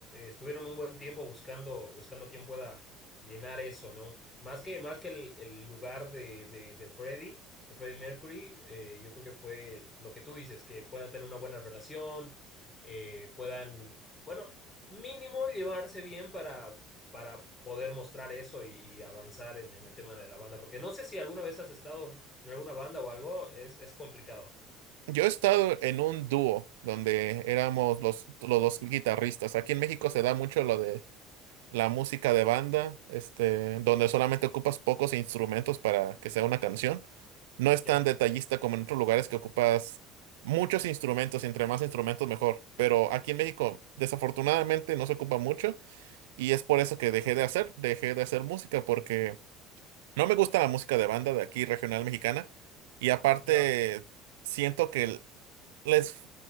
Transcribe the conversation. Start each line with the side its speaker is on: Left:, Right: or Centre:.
Left: estuvieron un buen tiempo buscando, buscando quién pueda llenar eso, ¿no? Más que, más que el, el lugar de, de, de Freddie, de Freddie Mercury, eh, yo creo que fue lo que tú dices, que puedan tener una buena relación, eh, puedan, bueno, mínimo llevarse bien para, para poder mostrar eso y, y avanzar en, en el tema de la banda, porque no sé si alguna vez has estado en alguna banda o algo, es, es complicado.
Right: Yo he estado en un dúo donde éramos los, los dos guitarristas. Aquí en México se da mucho lo de la música de banda, este, donde solamente ocupas pocos instrumentos para que sea una canción. No es
Left: Ya,
Right: tan detallista como en otros lugares que ocupas muchos instrumentos, y entre más instrumentos mejor. Pero aquí en México desafortunadamente no se ocupa mucho y es por eso que dejé de hacer, dejé de hacer música porque no me gusta la música de banda de aquí regional mexicana y aparte
Left: ya,
Right: siento que el- les